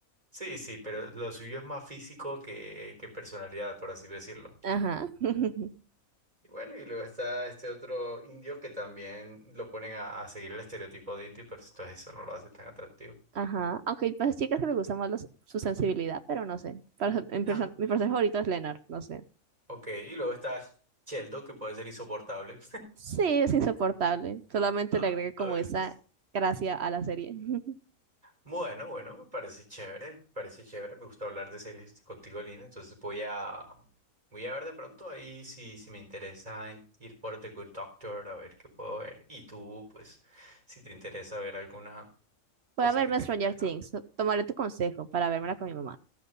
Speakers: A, on the right (about 30°); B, on the right (about 60°).
A: Sí, sí, pero lo suyo es más físico que, que personalidad, por así decirlo.
B: Ajá, <laughs>
A: Y bueno, y luego está este otro indio que también lo ponen a, a seguir el estereotipo de indio, pero entonces eso no lo hace tan atractivo.
B: ajá. Aunque hay pues, chicas que les gusta más los- su sensibilidad, pero no sé. Para- en perso-
A: Ah,
B: mi personaje favorito es Leonard, no sé.
A: ok, y luego está Sheldon, que puede ser insoportable
B: Sí, es insoportable. Solamente
A: <laughs> a
B: le agrega como
A: a veces.
B: esa gracia a la serie. <laughs>
A: Bueno, bueno, me parece chévere, me parece chévere, me gusta hablar de series contigo, Lina, entonces voy a, voy a ver de pronto ahí si, si me interesa en- ir por The Good Doctor, a ver qué puedo ver, y tú, pues, si te interesa ver alguna cosa
B: Voy a verme
A: que te
B: Stranger
A: he mencionado.
B: Things. Tomaré tu consejo para vermela con mi mamá.